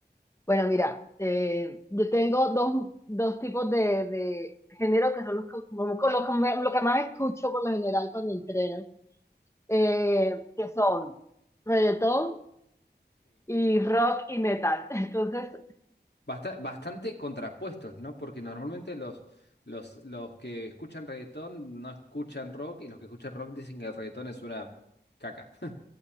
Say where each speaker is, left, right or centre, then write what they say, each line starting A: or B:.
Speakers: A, on the left (about 15°); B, on the left (about 70°).
A: Bueno, mira, eh, yo tengo dos, dos tipos de, de género que son los que, como- con los que me- lo que más escucho por lo general cuando entreno, eh, que son reggaetón y rock y metal. <laughs> Entonces,
B: Basta- bastante contrapuestos, ¿no? Porque normalmente los, los, los que escuchan reggaetón no escuchan rock y los que escuchan rock dicen que el reggaetón es una caca. <laughs>